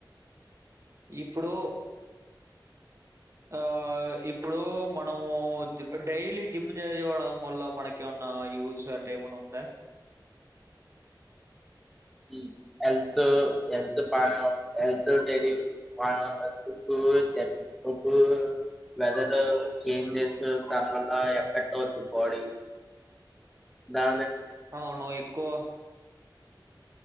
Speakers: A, on the right (about 40°); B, in the centre.
A: ఇప్పుడు ఆ ఇప్పుడు మనము డైలీ జిమ్ చేయడం వల్ల మనకి ఏమన్నా యూజ్ అట్ట ఏమన్నా ఉందా
B: యూ హెల్త్ హెల్త్ బానే <unintelligible> హెల్త్ డైలీ బానే ఉంటంది ఉప్పు ఉప్పు వెదర్ చేంజెస్ దాని వల్ల ఎఫెక్ట్ అవుతది బాడీ దా
A: అవును ఎక్కువ